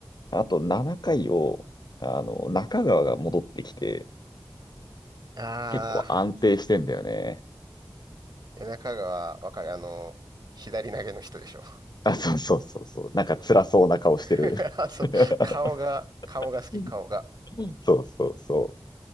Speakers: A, on the left; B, on the right.
A: あと7回を、あの、中川が戻ってきて、
B: あ
A: 結構安定してんだよね。
B: ー、中川、わかるあの、左投げの人でしょ。
A: <laughs> あ、そうそうそうそう。なんか辛そうな顔してる。
B: <laughs> あ、そう、
A: <laughs>
B: 顔が、顔が好き、
A: うん
B: 顔が。
A: そうそうそ